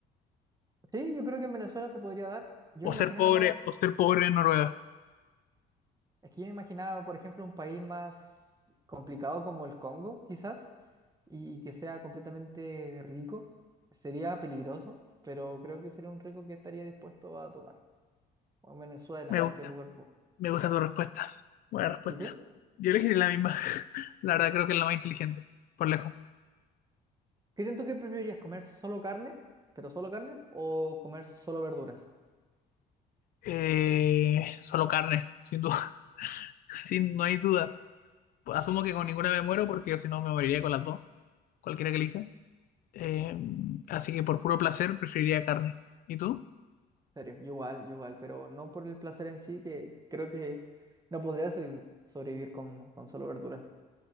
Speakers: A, on the right; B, on the left.
A: Sí, yo creo que en Venezuela se podría dar. Yo me
B: O
A: imaginaba
B: ser pobre,
A: más, un-
B: o ser pobre en Noruega.
A: es que yo me imaginaba, por ejemplo, un país más complicado como el Congo, quizás y que sea completamente rico. Sería peligroso, pero creo que sería un rico que estaría dispuesto a tomar. O en Venezuela,
B: Me
A: en cualquier
B: gusta.
A: lugar. po-
B: Me gusta tu respuesta. Buena respuesta.
A: ¿Y tú?
B: Yo elegiré la misma. <laughs> La verdad creo que es la más inteligente. Por lejos.
A: ¿Qué siento que preferirías? ¿Comer solo carne, pero solo carne? ¿O comer solo verduras?
B: Eh, solo carne, sin duda. <laughs> Sin, no hay duda. Asumo que con ninguna me muero porque si no me moriría con las dos. Cualquiera que elija. Eh, así que por puro placer preferiría carne. ¿Y tú?
A: En serio, yo igual, yo igual, pero no por el placer en sí, que creo que no podría sobrevi- sobrevivir con, con solo verduras.